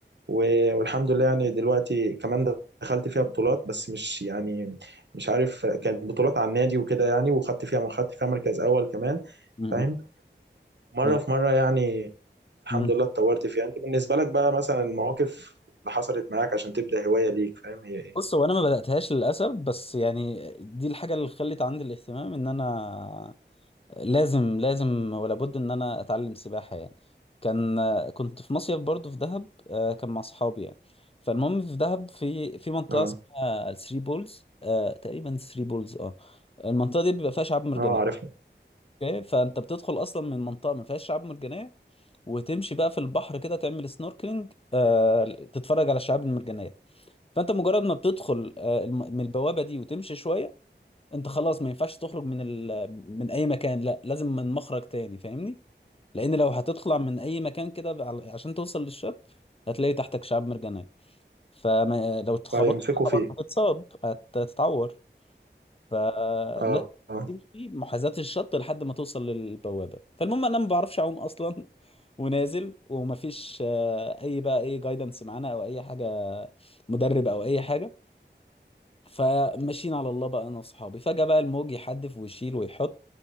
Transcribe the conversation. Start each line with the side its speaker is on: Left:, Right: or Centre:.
Right: و... والحمد لله يعني دلوقتي كمان دخلت فيها بطولات بس مش يعني مش عارف كانت بطولات على النادي وكده يعني وخدت فيها خدت فيها مركز أول كمان
Left: مم.
Right: فاهم مرة
Left: جميل.
Right: في مرة يعني الحمد
Left: مم.
Right: لله اتطورت فيها أنت بالنسبة لك بقى مثلا المواقف اللي حصلت معاك عشان تبدأ هواية ليك فاهم هي إيه؟
Left: بص هو انا ما بداتهاش للاسف بس يعني دي الحاجه اللي خلت عندي الاهتمام ان انا لازم لازم ولا بد ان انا اتعلم سباحه يعني كان كنت في مصيف برضو في دهب آه، كان مع اصحابي يعني فالمهم في دهب في في منطقه
Right: اه
Left: اسمها الثري بولز آه، تقريبا ثري بولز اه المنطقه دي بيبقى فيها شعاب مرجانيه
Right: اه عارف
Left: اوكي فانت بتدخل اصلا من منطقه ما فيهاش شعاب مرجانيه وتمشي بقى في البحر كده تعمل سنوركلينج آه تتفرج على الشعاب المرجانيه فانت مجرد ما بتدخل آه الم- من البوابه دي وتمشي شويه انت خلاص ما ينفعش تخرج من ال... من اي مكان لا لازم من مخرج تاني فاهمني لان لو هتطلع من اي مكان كده بع- عشان توصل للشط هتلاقي تحتك شعاب مرجانيه فلو اتخبطت
Right: فيمسكوا
Left: طبعا
Right: فيه
Left: هتتصاب هت- هتتعور فلازم
Right: اه اه
Left: تمشي محاذاة الشط لحد ما توصل للبوابة فالمهم انا ما بعرفش اعوم اصلا <laughs> ونازل ومفيش آه، اي بقى اي جايدنس معانا او اي حاجة مدرب او اي حاجة فماشيين على الله بقى انا وصحابي فجأة بقى الموج يحدف ويشيل ويحط